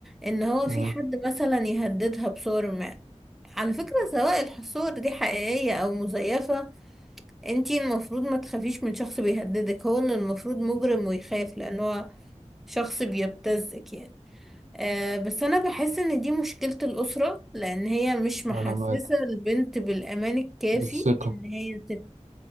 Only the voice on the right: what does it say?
مم.
انا معاك
بالثقه